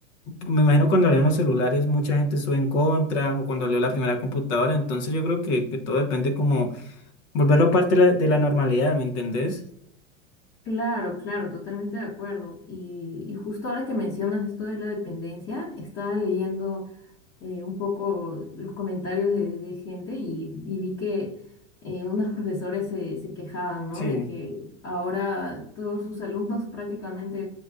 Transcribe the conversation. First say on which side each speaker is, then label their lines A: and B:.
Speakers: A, on the left; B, on the left.
A: me imagino cuando salieron los celulares mucha gente estuvo en contra o cuando salió la primera computadora, entonces yo creo que, que todo depende como volverlo parte de la, de la normalidad, ¿me entendés?
B: Claro, claro, totalmente de acuerdo. Y, y justo ahora que mencionas esto de la dependencia, estaba leyendo eh, un poco los comentarios de, de gente y, y vi que eh, unos profesores se, se quejaban, ¿no?
A: Sí,
B: De que ahora todos sus alumnos <laughs> prácticamente